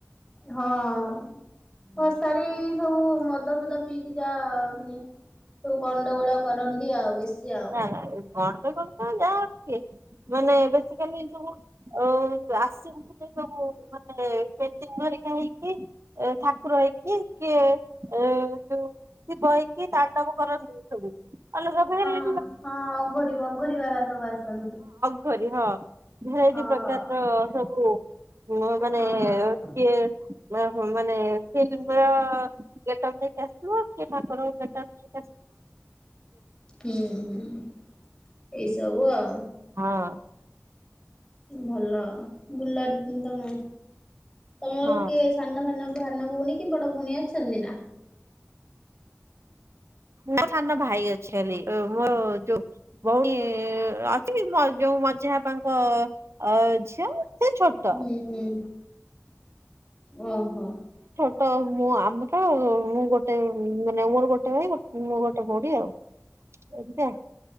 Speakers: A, on the left (about 15°); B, on the right (about 65°).
A: ହଁ। ଭସାଣି ଏଇ ସବୁ ମଦ ଫଦ ପିଇକି ଯା ମାନେ ସବୁ ଗଣ୍ଡଗୋଳ କରନ୍ତି ଆଉ ବେଶୀ। ଆଉ।
B: ହଁ ଗଣ୍ଡଗୋଳ ତ ଯାହା ହୁଏ ମାନେ ବେସିକାଲି ଏସବୁ ଅ ଆସିନ୍ତିନେଇ
A: ହୁଁ।
B: ଏ ପେଣ୍ଟିଙ୍ଗ ହରିକା ହେଇକି ଏ ଠାକୁର ହେଇକି କିଏ ଏ ଯୋଉ ଶିବ ହେଇ କି ତା କାମ କରନ୍ତି ସବୁ ଆଲୋ ହେ ଭେରି
A: ଅଁ ହଁ ଅଘୋରି ଆଘୋରି ବାବା ସବୁ ଆସନ୍ତି।
B: ସରି, ହଁ। ଭେରାଇଟି
A: ହଁ
B: ପ୍ରକାରର ସବୁ ଉ ମାନେ
A: ହଁ।
B: କିଏ ମ ହୁଁ ମାନେ ମାନେ ଫିଲ୍ମର ଗେଟ୍ ଅପ୍ ନେଇ କି ଆସଥିବ କିଏ ଠାକୁରଙ୍କ ଗେଟ୍ ଅପ୍ ନେଇ
A: ହୁଁ ହୁଁ। ଏଇସବୁ ଆଉ।
B: ହଁ।
A: ଭଲ ବୁଲା ଇଁ ତମେ ତମର
B: ହଁ
A: କିଏ ସାନ ଭାନ ସାନ ଭୋଉଣୀ କି ବଡ ଭୋଉଣୀ ଅଛନ୍ତି ନାଁ?
B: ନାଁ ସାନ ଭାଇ ଅ ଛନି ଓ ମୋ ଯୋଉ ଭୋଉଣୀ ଅଛି ମୋର ଯୋଉ ମଝିଆ ଆପାଙ୍କ ଅ ଝିଅ। ସେ ଛୋଟ
A: ଉଁ ହୁଁ। ଓହୋ।
B: ତ ମୁଁ ଆମ ହଉ ମୁଁ ଗୋଟେ ଉଁ ମାନେ ଆମର ଗୋଟେ ଭାଇ ଗୋ ମୁଁ ଗୋଟେ ଭୋଉଣୀ ଆଉ ଏମତି ଆଉ।